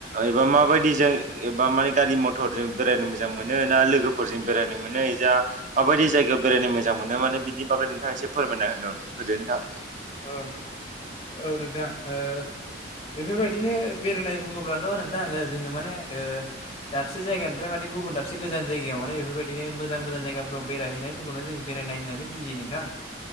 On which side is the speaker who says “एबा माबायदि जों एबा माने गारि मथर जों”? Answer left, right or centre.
Right